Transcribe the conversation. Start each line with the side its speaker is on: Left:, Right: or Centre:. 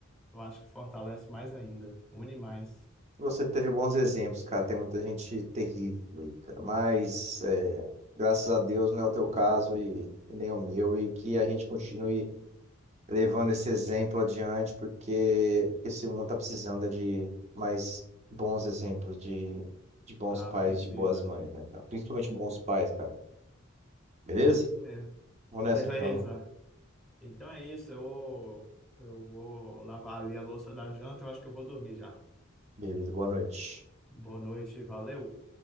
Centre: Eu acho que fortalece mais ainda, une mais.
Right: Você teve bons exemplos, cara. Tem muita gente terrível aí, cara. Mas é, graças a Deus não é o teu caso e, e nem o meu. E que a gente continue levando esse exemplo adiante, porque esse mundo tá precisando é de mais bons exemplos, de, de bons
Centre: Ah,
Right: pais,
Centre: precisa.
Right: de boas mães, né, cara? Principalmente bons pais, cara. Beleza?
Centre: É isso mesmo.
Right: Vou nessa
Centre: Beleza.
Right: então.
Centre: Então é isso. Eu, eu vou lavar ali a louça da janta. Eu acho que eu vou dormir já.
Right: Beleza, boa noite.
Centre: Boa noite, valeu.